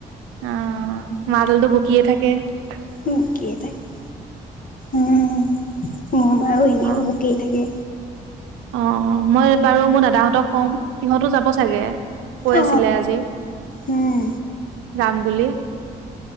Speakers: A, on the right; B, on the left.
A: অ, মা দালটো বকিয়ে থাকে। কে <unintelligible>
B: বকিয়ে থাকে, উম মোৰ মাৰ এনেও
A: অ'।
B: বকিয়েই থাকে।
A: অ, মই বাৰু মোৰ দাদাহঁতক কম সিহঁতো যাব চাগে কৈ,
B: অ
A: আছিলে আজি
B: উম
A: যাম বুলি।